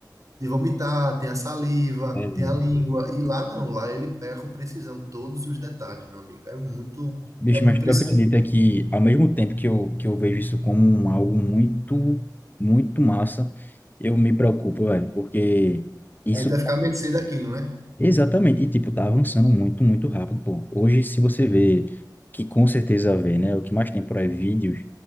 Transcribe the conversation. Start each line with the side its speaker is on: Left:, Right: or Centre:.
Right: de vomitar, tem a saliva,
Left: é, velho.
Right: tem a língua, e lá não, lá ele pega com precisão todos os detalhes, meu amigo. É muito,
Left: Bicho,
Right: é muito
Left: mas
Right: preciso.
Left: tu acredita que ao mesmo tempo que eu, que eu vejo isso como um- algo muito, muito massa, eu me preocupo, velho, porque... Isso
Right: A gente vai ficar à mercê daquilo, né?
Left: Exatamente. E, tipo, tá avançando muito, muito rápido, pô. Hoje, se você vê, que com certeza vê, né? O que mais tem por aí, vídeos